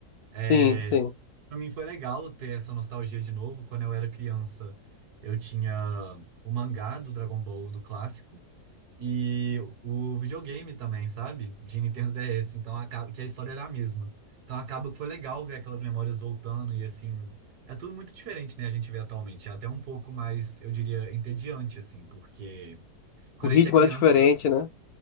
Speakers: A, on the right (about 70°); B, on the left (about 70°).
A: É,
B: Sim, sim.
A: para mim foi legal ter essa nostalgia de novo. Quando eu era criança, eu tinha o mangá do Dragon Ball, do clássico, e o videogame também, sabe? De Nintendo DS. Então acaba que a história era a mesma. Então acaba que foi legal ver aquelas memórias voltando e assim. É tudo muito diferente, né? A gente vê atualmente. É até um pouco mais, eu diria, entediante, assim, porque quando
B: O ritmo
A: a gente é criança.
B: era diferente, né?